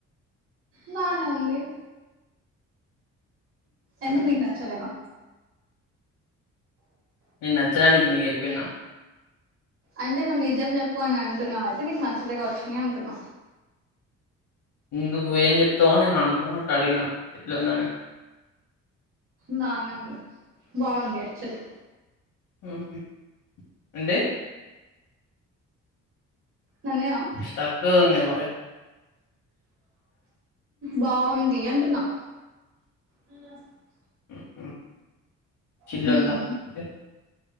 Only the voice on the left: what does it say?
నేను నచ్చదని ఇప్పుడు నీకు చెప్పిన
నువ్వు ఏం చెప్తావ నేను అనుకో అట్లా అడిగిన ఎట్లా ఉందని <unintelligible>
హూ హమ్ అండి
ఇస్తక్ ధన్యవాద <unintelligible>
<unintelligible>
ఉందా? ఓకే.